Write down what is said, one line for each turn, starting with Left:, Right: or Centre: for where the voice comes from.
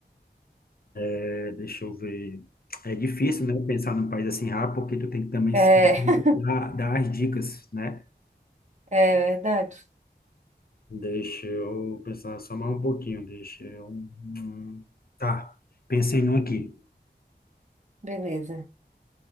Left: É, deixa eu ver. É difícil, né, pensar num país assim rápido, porque tu tem que também
Right: É,
Left: saber
Right: <laughs>
Left: dar, dar as dicas, né?
Right: é verdade.
Left: Deixa eu pensar só mais um pouquinho, deixa eu... Hum, Tá, pensei num aqui.
Right: Beleza.